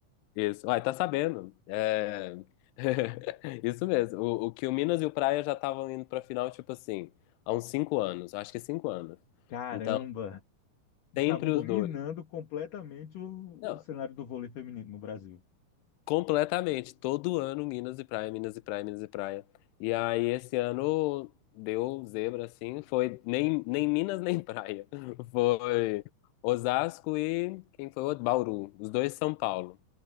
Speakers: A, on the left; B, on the left.
A: isso. Uai, tá sabendo. É... <laughs> Isso mesmo. O, o que o Minas e o Praia já estavam indo pra final, tipo assim, há uns cinco anos. Acho que cinco anos.
B: Caramba!
A: Então,
B: Estavam
A: sempre
B: dominando
A: os dois.
B: completamente o,
A: Não,
B: o cenário do vôlei feminino no Brasil.
A: Completamente. Todo ano, Minas e praia, Minas e praia, Minas e praia. E aí, esse ano deu zebra, assim. Foi nem, nem Minas, nem praia. <laughs> Foi Osasco e quem foi o outro? Bauru. Os dois São Paulo.